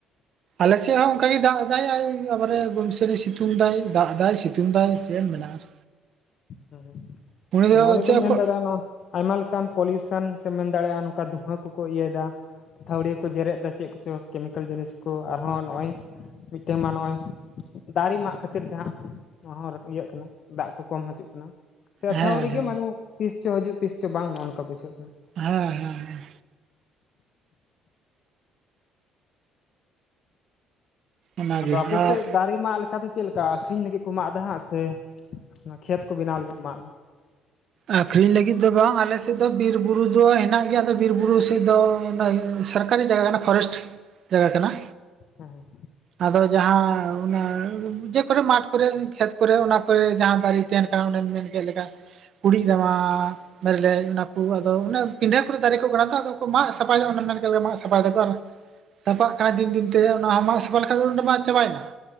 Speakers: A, on the right (about 50°); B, on the left (about 50°).
A: ᱟᱞᱮᱥᱮᱫ ᱦᱚᱸ ᱚᱱᱠᱟᱜ ᱜᱮ ᱫᱟᱜ ᱮᱟᱭ ᱟᱵᱟᱨᱮᱭ ᱜᱩᱢᱥᱟᱹᱱᱤᱭ ᱥᱤᱛᱩᱝ ᱫᱟᱭ ᱫᱟᱜ ᱫᱟᱭ ᱥᱤ <unintelligible> ᱪᱮᱫ ᱮᱢ ᱢᱮᱱᱟᱜᱼᱟ
B: ᱦᱩᱸ ᱦᱩᱸ
A: ᱫᱚ
B: ᱱᱚᱜ ᱱᱤᱭᱮ
A: ᱪᱮᱫ
B: ᱠᱚᱢ ᱢᱮᱱ
A: ᱠᱚ
B: ᱫᱟᱲᱮᱭᱟᱜ-ᱟ ᱱᱚᱣᱟ ᱟᱭᱢᱟ ᱞᱮᱠᱟᱱ ᱯᱚᱞᱤᱭᱩᱥᱚᱱ ᱥᱮᱢ ᱢᱮᱱ ᱫᱟᱲᱮᱭᱟᱜᱼᱟ ᱱᱚᱝᱠᱟ ᱫᱷᱩᱦᱟᱹ ᱠᱚᱠᱚ ᱤᱭᱟᱹᱭᱮᱫᱟ ᱛᱷᱲᱤ ᱠᱚ ᱡᱮᱨᱮᱫ ᱮᱟ ᱪᱮᱫ ᱠᱚᱪᱚ ᱠᱮᱢᱤᱠᱮᱞ ᱡᱤᱱᱤᱥ ᱠᱚ ᱟᱨᱦᱚᱸ ᱱᱚᱜᱼᱚᱭ ᱢᱤᱫᱴᱮᱱ ᱢᱟ ᱱᱚᱜᱼᱚᱭ ᱫᱟᱨᱮ ᱢᱟᱜ ᱠᱷᱟᱹᱛᱤᱨ ᱛᱮᱦᱟᱸᱜ ᱱᱚᱣᱟ ᱤᱭᱟᱹᱜ ᱠᱟᱱᱟ ᱫᱟᱜ ᱠᱚ ᱠᱚᱢ ᱦᱤᱡᱩᱜ ᱠᱟᱱᱟ ᱥᱮᱛᱷᱟᱣᱲᱤ
A: ᱦᱮᱸ
B: ᱜᱮ
A: ᱦᱮᱸ
B: ᱢᱟᱱᱮ ᱛᱤᱥ ᱪᱚ ᱦᱤᱡᱩᱜ ᱛᱤᱥ ᱪᱚ ᱵᱟᱝ ᱱᱚᱜᱼ ᱱᱚᱝᱠᱟ ᱵᱩᱡᱷᱟᱹᱜ ᱠᱟᱱᱟ
A: ᱦᱮᱸ ᱦᱮᱸ ᱦᱮᱸ ᱚᱱᱟᱜᱮ
B: ᱟᱫᱚ ᱟᱯᱮᱥᱮᱫ
A: ᱟᱨ
B: ᱫᱟᱨᱮ ᱢᱟᱜ ᱠᱟ ᱫᱚ ᱪᱮᱫ ᱞᱮᱠᱟ ᱟᱠᱷᱨᱤᱧ ᱞᱟᱹᱜᱤᱫ ᱠᱚ ᱢᱟᱜ ᱮᱫᱟ ᱦᱟᱸᱜ ᱥᱮ ᱚᱱᱟ ᱠᱷᱮᱛ ᱠᱚ ᱵᱮᱱᱟᱣ ᱞᱟᱹᱜᱤᱫ ᱠᱚ ᱢᱟᱜ ᱮᱫᱟ
A: ᱟᱠᱷᱨᱤᱧ ᱞᱟᱹᱜᱤᱫ ᱫᱚ ᱵᱟᱝ ᱟᱞᱮᱥᱮᱫ ᱫᱚ ᱵᱤᱨ ᱵᱩᱨᱩ ᱫᱚ ᱦᱮᱱᱟᱜ ᱜᱮᱭᱟ ᱟᱫᱚ ᱵᱤᱨ ᱵᱩᱨᱩ ᱥᱮᱫ ᱫᱚ ᱚᱱᱟ.... ᱥᱚᱨᱠᱟᱨᱤ ᱡᱟᱭᱜᱟ ᱠᱟᱱᱟ ᱯᱷᱚᱨᱮᱥᱴ ᱡᱟᱭᱜᱟ ᱠᱟᱱᱟ
B: ᱦᱮᱸ
A: ᱟᱫᱚ ᱡᱟᱦᱟᱸ ᱚᱱᱟ ᱡᱮ ᱠᱚᱨᱮ ᱢᱟᱴ ᱠᱚᱨᱮ ᱠᱷᱮᱛ ᱠᱚᱨᱮ ᱚᱱᱟ ᱠᱚᱨᱮ ᱡᱟᱦᱟᱸ ᱫᱟᱨᱮ ᱛᱟᱦᱮᱱ ᱟ ᱚᱱᱮᱧ ᱢᱮᱱ ᱠᱮᱫ ᱞᱮᱠᱟ ᱠᱩᱲᱤᱡ ᱨᱟᱢᱟ ᱢᱮᱨᱮᱞᱮ ᱚᱱᱟ ᱛᱩ ᱟᱫᱚ ᱚᱱᱮ ᱯᱤᱰᱟᱹ ᱠᱚᱨᱮ ᱫᱟᱨᱮ ᱠᱚᱲᱟᱮᱫᱫᱟ ᱟᱫᱚ ᱠᱚ ᱢᱟᱜ ᱥᱟᱯᱷᱟᱭᱮᱫᱟ ᱢᱮᱱ ᱠᱟᱛᱮ ᱢᱟᱜ ᱥᱟᱯᱷᱟᱭ ᱫᱟᱠᱚ ᱟᱨ ᱛᱟᱯᱟᱜ ᱠᱟᱭ ᱫᱤᱱ ᱫᱤᱱᱛᱮ ᱚᱱᱟ ᱟᱢᱟᱜ ᱥᱟᱯᱷᱟ ᱞᱮᱠᱟ ᱛᱮᱫᱚ ᱚᱸᱰᱮ ᱢᱟ ᱪᱟᱵᱟᱭᱮᱱᱟ